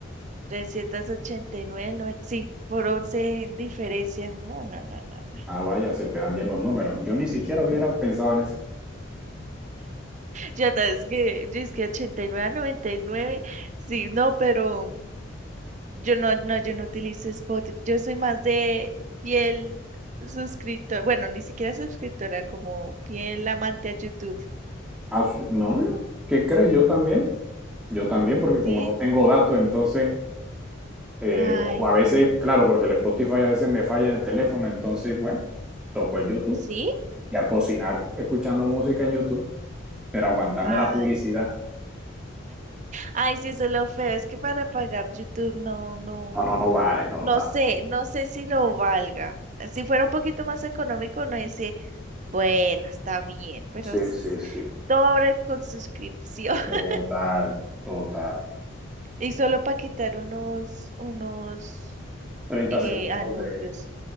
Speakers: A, on the right; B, in the centre.
A: 389 no, sí, por 11 de diferencia. No, no, no, no, no.
B: Ah, vaya, se te dan bien los números. Yo ni siquiera hubiera pensado en eso.
A: Ya sabes que, yo es que 89 a 99 sí, no, pero yo no, no, yo no utilizo Spotify. Yo soy más de fiel suscriptor, bueno, ni siquiera suscriptora, como fiel amante a YouTube.
B: Ah, su- no, no, ¿qué crees? Yo también. Yo también, porque
A: Sí,
B: como no tengo datos, entonces Eh,
A: ay,
B: o o a veces,
A: no,
B: claro, porque el Spotify a veces me falla en el teléfono, entonces, bueno, toco el YouTube
A: ¿Sí?
B: y a cocinar escuchando música en YouTube, pero aguantarme
A: ay,
B: la publicidad,
A: Ay, sí, eso es lo feo. Es que para pagar YouTube no, no,
B: no, no, no vale, no
A: no
B: lo da.
A: sé, no sé si lo valga. Si fuera un poquito más económico, no dice, bueno, está bien, pero
B: Sí,
A: es
B: sí, sí.
A: todo ahora con suscripción <laughs>
B: Total, total.
A: y solo para quitar unos, unos
B: treinta
A: eh,
B: segundos
A: anuncios.
B: de,